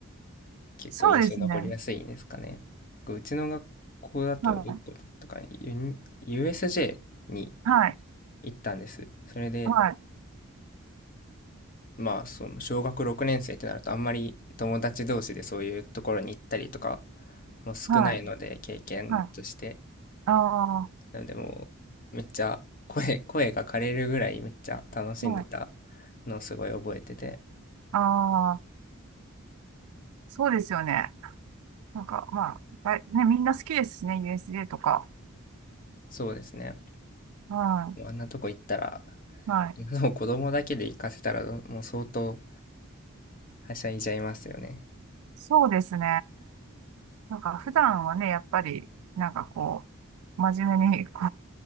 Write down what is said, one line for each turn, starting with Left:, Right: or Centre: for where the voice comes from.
Right: <laughs>
Left: 結構印象残りやすいんですかね。
Right: そうですね。
Left: うちの学校だと、
Right: は
Left: どこだったかな、ユニ USJ に
Right: い。はい。
Left: 行ったんです。それで、
Right: はい。
Left: まあその小学6年生ってなるとあんまり友達同士でそういうところに行ったりとかも少ないので、
Right: はい。
Left: 経験として。
Right: はい。ああ、
Left: なのでもうめっちゃ声、声が枯れるぐらいめっちゃ楽しんでた
Right: はい。
Left: のをすごい覚えてて。
Right: ああ、そうですよね。なんか、まあ、だいね、みんな好きですしね、USJ とか。
Left: そうですね。
Right: は
Left: もうあんなとこ行ったら、
Right: い。はい。
Left: もう子供だけで行かせたら、もう相当はしゃいじゃいますよね。
Right: そうですね。なんか普段はね、やっぱり、なんかこう、真面目に、こ